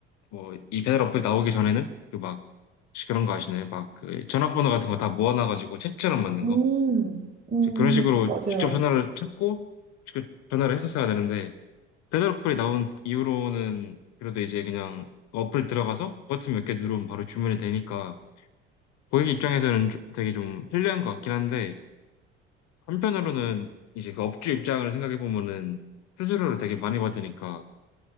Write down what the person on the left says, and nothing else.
뭐이 배달 어플 나오기 전에는 그 막 그런 거 아시나요? 막 그 전화번호 같은 거 다 모아놔가지고 책처럼 만든
거
그런 식으로
직접 전화를 찾고 직접 전화를 했었어야 되는데 배달 어플이 나온 이후로는 그래도 이제 그냥 어플 들어가서 버튼 몇 개 누르면 바로 주문이 되니까 고객 입장에서는 좀- 되게 좀 편리한 것 같긴 한데 한편으로는 이제 그 업주 입장을 생각해 보면은 수수료를 되게 많이 받으니까